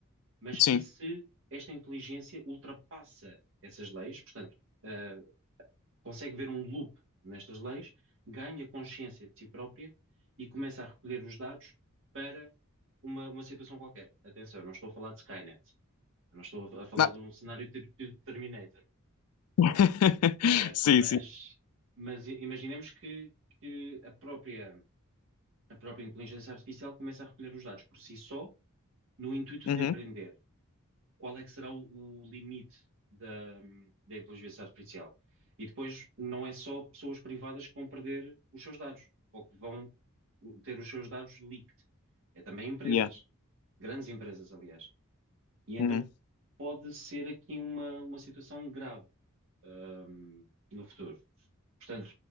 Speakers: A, on the right; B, on the left.
A: Mas
B: Sim.
A: e se esta inteligência ultrapassa essas leis? Portanto, ah, consegue ver um loop nestas leis, ganha consciência de si própria e começa a recolher os dados para uma, uma situação qualquer. Atenção, eu não estou a falar de Skynet, eu não estou a falar
B: Ah.
A: de um cenário tipo Terminator,
B: <laughs>
A: Ah,
B: Sim,
A: mas,
B: sim.
A: mas imaginemos que, que a própria, a própria inteligência artificial começa a recolher os dados por si só, no intuito
B: Uhum,
A: de aprender. qual é que será o, o limite da, da inteligência artificial. E depois não é só pessoas privadas que vão perder os seus dados ou que vão ter os seus dados leaked. É também empresas,
B: yeah.
A: grandes empresas, aliás. E então
B: Uhum,
A: pode ser aqui uma, uma situação grave, ahm, no futuro. Portanto,